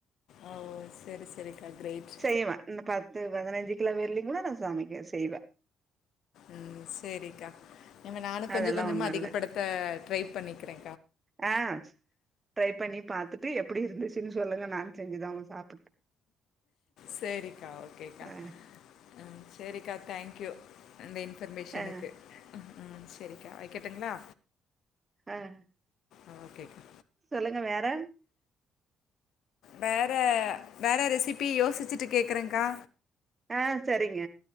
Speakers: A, on the left; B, on the right.
A: ஓ செரி செரிக்கா. கிரேட்
B: செய்யுவ இந்த பத்து பதினஞ்சு கிலோ வெர்லி. கூட நானு சாமிக்க செய்வ.
A: உம் செரிக்கா நீங்க நானும் கொஞ்சோ
B: அதெல்லா
A: கொஞ்சமா
B: ஒண்ணு
A: அதிக படுத்த ட்ரை பண்ணிக்கிறே.
B: ஆஹ ட்ரை பண்ணி பாத்துட்டு எப்படி இருந்துச்சுன்னு சொல்லுங்க நான். செஞ்சிதான்ங்க சாப்.
A: சேரிக்கா ஓகேக்கா.
B: ஆ
A: உம் சேரிக்கா தேங்க்யூ. அந்த இன்பர்மேஷனுக்கு.
B: ஆ
A: உஹம். சேரிக்கா வைக்கட்டுங்களா.
B: ஆஹ.
A: ஆஹ ஓகேக்கா.
B: சொல்லுங்க வேற.
A: வேற வேற ரெசிபி யோசிச்சுட்டு கேக்குறேங்க்கா.
B: ஆஹ செரிங்க.